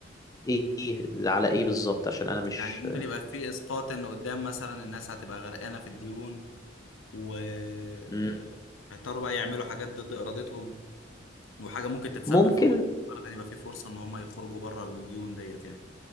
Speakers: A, on the left; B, on the left.
A: ايه إيه- على ايه بالظبط عشان انا مش
B: يعني ممكن يبقى في إسقاط إن قدام مثلا الناس هتبقى غرقانة في الديون و آه،
A: مم.
B: هيضطروا بقى يعملوا حاجات ضد إرادتهم وحاجة ممكن تتسبب
A: ممكن
B: في موت النهارده إن يبقى في فرصة إن هم يخرجوا بره الديون ديت يعني